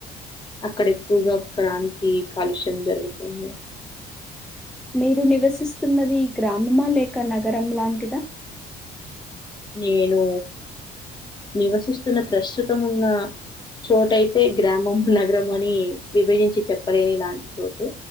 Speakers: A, on the left; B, in the centre.
A: అక్కడ ఎక్కువగా క్రాంతి కాలుష్యం జరుగుతుంది.
B: మీరు నివసిస్తున్నది గ్రామమా లేక నగరం లాంటిదా.
A: నేను, నివసిస్తున్న ప్రస్తుతం ఉన్న. చోటయితే గ్రామం నగరం అని, విభజించి చెప్పలేని ఇలాంటి చోటే.